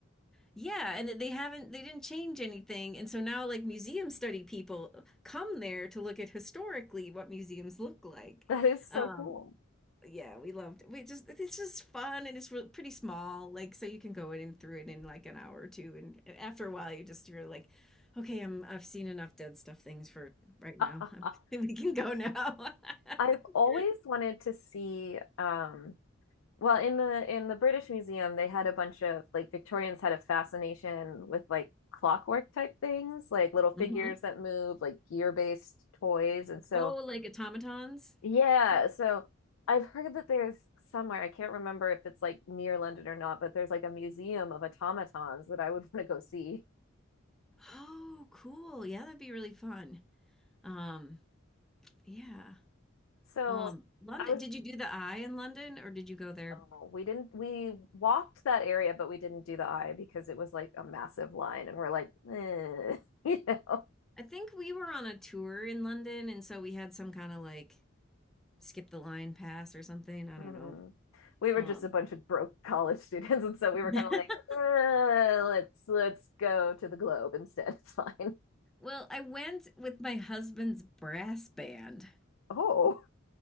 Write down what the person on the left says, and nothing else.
That is so
cool.
<laughs>
I've
always wanted to see um well in the in the British Museum they had a bunch of like Victorians had a fascination with like clockwork type things, like little figures
that move, like gear-based toys. And so
yeah,
so I've heard that there's somewhere, I can't remember if it's like near London or not, but there's like a museum of automatons that I would <laughs> want to go see.
So
I was
No, we didn't. We walked that area, but we didn't do the eye because it was like a massive line, and we're like, eh, <laughs> you know,
Mhm.
we were
just a bunch of broke <laughs> college students, and so we were kind
of like, "Eh, let's let's go to the Globe instead. <laughs> It's fine.
Oh,